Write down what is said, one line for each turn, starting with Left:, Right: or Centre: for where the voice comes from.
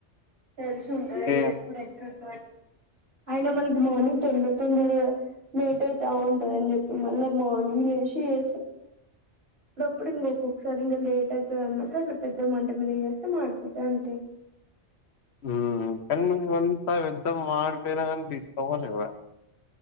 Right: తెలిసి ఉంటది ఏది
Left: ఏ
Right: ఎప్పుడు ఎక్కట అయినా మనకి మార్నింగ్ తొందర తొందరగా లేట్ అయితవు చె మళ్ల మార్నింగ్ లేచి ఆ గప్పుడు నీకు ఒకసారి ఇంకా లేట్ అవుతుంది అన్నప్పుడు అట్లా పెద్ద మంట మీద వేస్తే మాడిపోతా అంతే
Left: ఆ కని నువ్ వన్ అది ఎంత మడిపోయిన గాని తీసుకోవాలి కదా